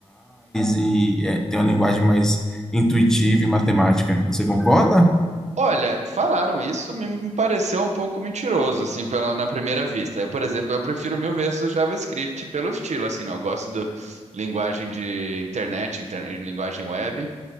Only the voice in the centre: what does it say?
e é, tem uma linguagem mais intuitiva e matemática. Você concorda?